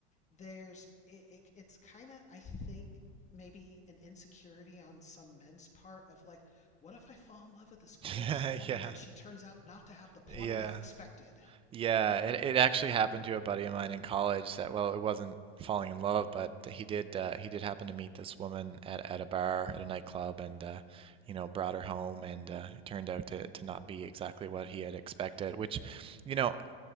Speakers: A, on the left (about 20°); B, on the right (about 20°).
A: there's it, it it's kind of I think maybe an insecurity on some men's part of like, what if I fall in love with this gorgeous
B: Yeah.
A: woman
B: Yeah.
A: and she turns out not to have the plumbing
B: Yeah.
A: I expected?
B: Yeah. It it actually happened to a buddy of mine in college that well, it wasn't falling in love, but he did uh, he did happen to meet this woman at at a bar at a nightclub and uh, you know brought her home and uh, it turned out to to not be exactly what he had expected, which you know